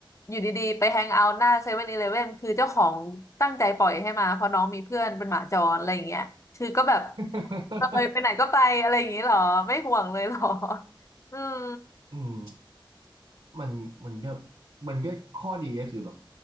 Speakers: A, on the left; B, on the right.
A: อยู่ดีๆไปแฮงเอาท์หน้าเซเว่นอีเลฟเว่นคือเจ้าของตั้งใจปล่อยให้มาเพราะน้องมีเพื่อนเป็นหมาจรอะไรอย่างเงี้ยคือก็แบบ
B: <laughs>
A: เลยไปไหนก็ไปอะไรอย่างงี้เหรอไม่ห่วงเลยเหรออืม
B: อืม มันมันก็มันก็ข้อดีก็คือแบบ